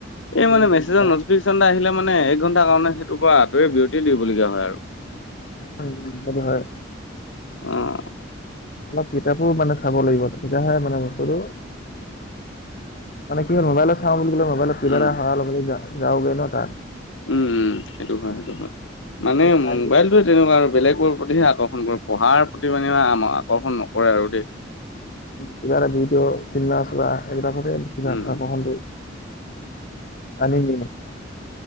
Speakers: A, on the left (about 70°); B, on the left (about 45°).
A: এই
B: উম,
A: মানে মেছেজত
B: উম,
A: ন
B: হয়।
A: নতিফিশ্যন এটা আহিলে মানে এক ঘণ্টা কাৰণে সেইটোৰ পৰা আঁতৰি বিৰতি দিবলগীয়া হয় আৰু
B: উম সেইটো হয়
A: অ
B: অলপ কিতাপো মানে চাব লাগিব তেতিয়াহে মানে বস্তুটো মানে কি হয় মোবাইলত চাওঁ বুলি ক'লে মোবাইলত কিবা
A: উম,
B: এটা অহা লগা ল'গ যাওগৈ ন তাত
A: উম উম সেইটো হয় সেইটো হয় মানে
B: সেইটো টাইম
A: মোবাইলটো তেনেকুৱা আৰু বেলেগৰ প্ৰতিহে আকৰ্ষণ কৰে পঢ়াৰ প্ৰতি মানে আকৰ্ষণ নকৰে আৰু দেই
B: কিবা এটা ভিডিঅ' চিনেমা চোৱা সেইবিলাকতে কিবা
A: উম,
B: আকৰ্ষণ কৰো টানি নিয়ে